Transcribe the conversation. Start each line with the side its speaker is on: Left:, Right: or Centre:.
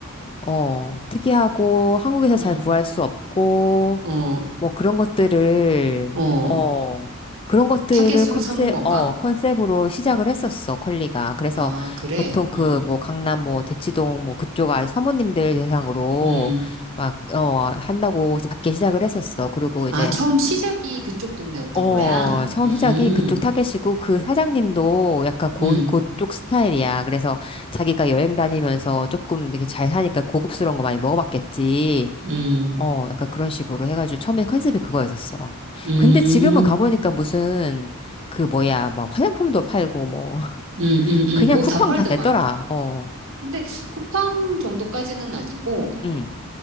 Left: 어, 특이하고, 한국에서
Right: 음,
Left: 잘 구할 수 없고,
Right: 어,
Left: 뭐 그런 것들을,
Right: 어,
Left: 어, 그런 것들을
Right: 타겟으로
Left: 컨셉,
Right: 삼은 건가?
Left: 어, 컨셉으로 시작을 했었어, 컬리가. 그래서
Right: 아, 그래?
Left: 보통 그
Right: 음,
Left: 뭐 강남 뭐 대치동 뭐 그쪽 아 사모님들 대상으로
Right: 음.
Left: 막, 어, 한다고 작게 시작을 했었어. 그리고 이제,
Right: 아, 처음 시작이 그쪽 동네였던
Left: 어,
Right: 거야?
Left: 처음
Right: 음,
Left: 시작이 그쪽 타겟이고 그 사장님도 약간 고,
Right: 음,
Left: 그쪽 스타일이야. 그래서 자기가 여행 다니면서 조금 되게 잘 사니까 고급스러운 거 많이 먹어봤겠지.
Right: 음,
Left: 어, 약간 그런 식으로 해가지고 처음에 컨셉이 그거였었어.
Right: 음,
Left: 근데 지금은 가보니까 무슨 그 뭐야, 뭐 화장품도 팔고 뭐 <laughs>
Right: 음, 음, 음.
Left: 그냥
Right: 뭐
Left: 쿠팡
Right: 다 팔더만.
Left: 다 됐더라. 어,
Right: 근데 쿠팡 정도까지는 아니고,
Left: 응,